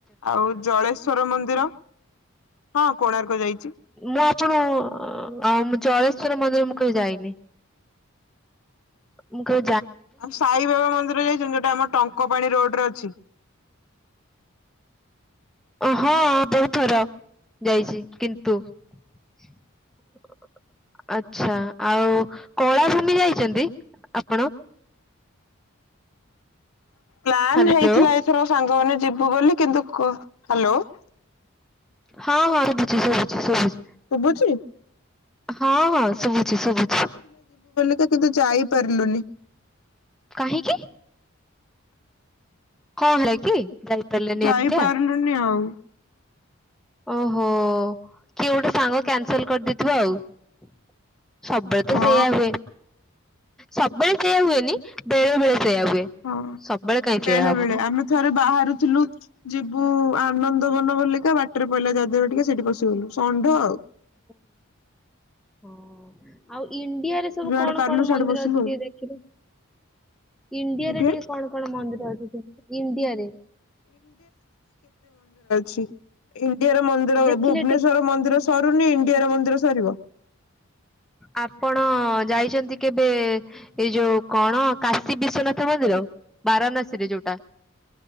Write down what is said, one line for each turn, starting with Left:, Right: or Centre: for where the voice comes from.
Left: ଆଉ ଜଳେଶ୍ଵର ମନ୍ଦିର ହଁ କୋଣାର୍କୁ ଯାଇଛିି।
Centre: ମୁଁ ଜୋଉ ଅ ଜଳେଶ୍ଵର ମନ୍ଦିର ମୁଁ କେବେ ଯାଇନି ମୁଁ କେ
Left: ଆଉ ସାଇବାବା ମନ୍ଦିର ଯାଇଛନ୍ତି ଯୋଉଟା ଆମ ଟଙ୍କ ପାାଣି ରୋଡରେ ଅଛି।
Centre: ହଁ ବହୁତ ଥର ଯାଇଛି କିନ୍ତୁ ତ ଆ୍ଛା। ଆଉ କଳା ଭୂମି ଯାଇଛନ୍ତି। ଆପଣ?
Left: ପ୍ଲାନ୍
Centre: ହ୍ୟାଲୋ
Left: ହେଇଥିଲା ଏଥର ସାଙ୍ଗ ନ ଯିବୁ ବୋଲି କିନ୍ତୁ ହ୍ୟାଲୋ। <inaudible>
Centre: ହଁ ହଁ ହୁ ବୁଛି ଶୁଭୁଛି ଶୁଛି
Left: ଶୁବୁଛି?
Centre: ହଁ ହଁ ଶୁଭୁଛି ଶୁଭୁଛି।
Left: ତ କିନ୍ତୁ ଯାଇପାରିଲୁନି <inaudible>
Centre: କାହିଁକି? କଣ ହେରେ କି? ଯାଇପାରିଲେନି
Left: ଯାଇପାରିଲୁନି
Centre: ଏମିତିଆ
Left: ଆଉ
Centre: ଓହୋ କିଏ ଗୋଟେ ସାଙ୍ଗ କ୍ୟାନସଲ କରିଦେଇଥିବ ଆଉ। <inaudible> ସବୁବେଳେ ତ
Left: ହଁ
Centre: ସେଇୟଆ ହୁଏ। ସବୁବେଳେ ସେଆ ହୁଏନି ବେଳେ ବେଳେ ସେଇୟା ହୁଏ
Left: ହଁ
Centre: ସବୁବେଳେ କାହିଁ
Left: ବେଳେ
Centre: ସେଇୟା ହବ
Left: ବଳେ
Centre: ମ
Left: ଆମେ ଥରେ ବାହାରୁଥିଲୁ ଯିବୁ ଆନନ୍ଦ ବନ ବୋଲିକା ବାଟରେ ପହିଲା ଯଦରେ ଟିକେ ସେଇଠି ବଷିଗଲୁ ଷଣ୍ଢ ଆଉ
Centre: <inaudible> ହଁ ଆଉ ଇଣ୍ଡିଆରେ ସବୁ
Left: ଯୁଆଡେ
Centre: କଣ
Left: ପାରିଲୁ
Centre: କଣ
Left: ସିଆଡେ
Centre: ମନ୍ଦିର
Left: ପଶିଲୁ
Centre: ଅଛି
Left: ଆଉ
Centre: ଟିକେ ଦେଖିବେ ଇଣ୍ଡିଆରେ
Left: ଆଜ୍ଞା
Centre: ଟିକେ କଣ କଣ ମନ୍ଦିର ଅ ଇଣ୍ଡିଆରେ <inaudible>
Left: ଚି ଇଣ୍ଡିଆର ମନ୍ଦିର ହୁଏ
Centre: ଦେଖିଲେ
Left: ଭୁବନେଶ୍ଵର
Centre: ଟିକେ
Left: ମନ୍ଦିର ସରୁନି ଇଣ୍ଡିଆର ମନ୍ଦିର ସରିବ।
Centre: ଆପଣ ଯାଇଛନ୍ତି କେବେ ଏଇ ଯୋଉ କଣ କାଶୀ ବିଶ୍ଵନାଥ ମନ୍ଦିର ବାରାଣାସୀରେ ଯୋଉଟା? <inaudible>